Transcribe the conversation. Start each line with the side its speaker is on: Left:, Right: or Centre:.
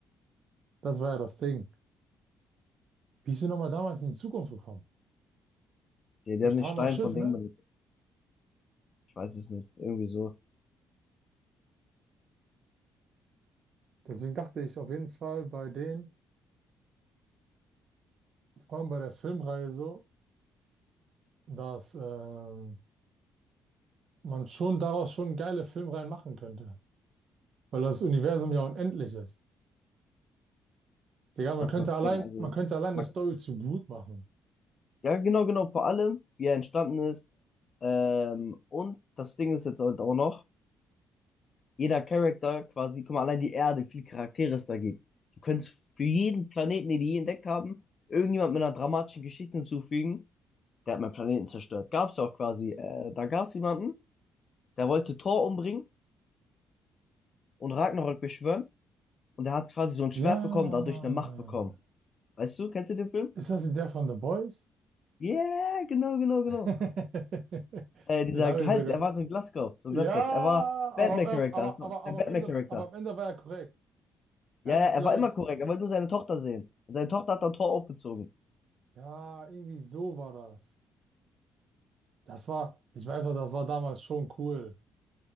Right: Das war ja das Ding. Wie ist denn nochmal damals in die Zukunft gekommen?
Left: Ja, die
Right: Durch
Left: haben
Right: Thanos
Left: den Stein
Right: Schiff,
Left: von
Right: ne?
Left: Dingman Ich weiß es nicht. Irgendwie so.
Right: Deswegen dachte ich auf jeden Fall bei denen, vor allem bei der Filmreihe so, dass ähm, man schon daraus schon geile Filmreihen machen könnte. Weil das Universum ja unendlich ist. Digga, man
Left: Das
Right: könnte
Left: ist das
Right: allein,
Left: Ding. Also,
Right: man könnte allein
Left: man,
Right: eine Story zu Groot machen.
Left: ja, genau, genau. Vor allem, wie er entstanden ist. Ähm, und das Ding ist jetzt halt auch noch, jeder Charakter quasi, guck mal, allein die Erde, wie viele Charaktere es da gibt. Du könntest für jeden Planeten, den die je entdeckt haben, irgendjemand mit einer dramatischen Geschichte hinzufügen. Der hat meinen Planeten zerstört. Gab's ja auch quasi. Äh, da gab es jemanden, der wollte Thor umbringen und Ragnarök beschwören. Und der hat quasi so ein
Right: Ja.
Left: Schwert bekommen, dadurch eine Macht bekommen. Weißt du, kennst du den Film?
Right: Ist das der von The Boys?
Left: Yeah, genau, genau, genau.
Right: <laughs>
Left: Äh, dieser,
Right: Den habe ich
Left: halt,
Right: sogar,
Left: er war so ein Glatzkopf, so
Right: Ja,
Left: ein Glatzkopf. Er war Batman-Charakter,
Right: aber, äh, aber,
Left: das war
Right: aber, aber,
Left: der Batman-Charakter.
Right: am Ende, aber am Ende war er korrekt. Er
Left: Ja,
Right: hat
Left: ja,
Right: sich,
Left: er
Right: glaube
Left: war immer
Right: ich,
Left: korrekt, er wollte nur seine Tochter sehen. Und seine Tochter hat dann Tor aufgezogen.
Right: ja, irgendwie so war das. Das war, ich weiß noch, das war damals schon cool.